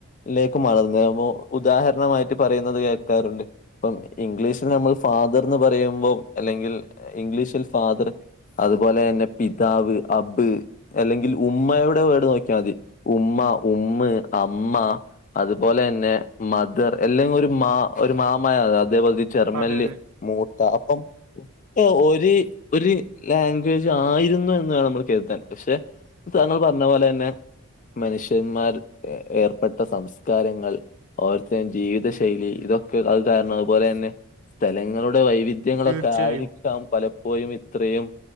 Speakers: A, on the left; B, on the right.
A: ലേക്ക് മളന്നെ. അപ്പോ ഉദാഹരണമായി പറയുന്നത് കേൾക്കാറുണ്ട് ഇപ്പം ഇംഗ്ലീഷിൽ നമ്മൾ ഫാദർന്ന് പറയുമ്പോം അല്ലെങ്കിൽ. ഇംഗ്ലീഷിൽ ഫാദർ അതുപോലെ തന്നെ പിതാവ്, അബ് അല്ലെങ്കിൽ ഉമ്മയുടെ വേട് നോക്കിയാ മതി ഉമ്മ. ഉമ്മ്, അമ്മ അതുപോലെ തന്നെ മദർ. അല്ലെങ്ക ഒരു മാ ഒരു മാമയ അതേപോലെഈ ജെർമ്മെല്ല്
B: അതെ അതെ
A: മൂത്ത അപ്പം ആ, ഒര്, ഒര് ലാംഗ്വേജ് ആയിരുന്നു എന്ന് വേണം നമ്മള് കരുതാൻ. പക്ഷെ താങ്കൾ പറഞ്ഞ പോലെ തന്നെ. മനുഷ്യന്മാർ ഏർപ്പെട്ട സംസ്കാരങ്ങൾ ഓർത്തെ ജീവിത ശൈലി ഇതൊക്കെ അത് കാരണം അതുപോലെ തന്നെ സ്ഥലങ്ങളുടെ വൈവിധ്യങ്ങളക്കെ
B: തീർച്ചയായും
A: ആയി ക്കാം പലപ്പോഴും ഇത്രയും